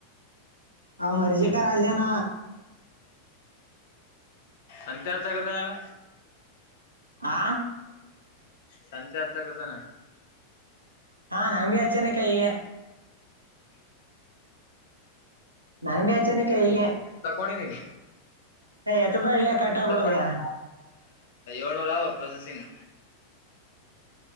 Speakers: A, on the right; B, on the left.
A: ಹಾ ಮರ್ಜಿಕ
B: ನಿಮ್
A: ರಾಜನ
B: ಅಂತ ಹೇಳ್ತನಾನಾ
A: ಹಾ
B: ಸಂತಅಂತ ಕತೇನ
A: ಹಾ ನಮ್ಮ ಬ್ಯಾಚ್ ಅವೆನೀನೇ ನಂಗ್ ಬಿ ಹಚ್ಚನಿ ಕೈಗೆ
B: ತಕೊಂಡೀನಿ
A: ಏ ಎತ್ಬೇಡ್ಲೆ ಕಟ್ ಆಗ್ಬಿಡ್ದ
B: ತಕೊಂಡು ಏಳೂರ ಆ ಪ್ರೊಸೆಸಿಂಗ್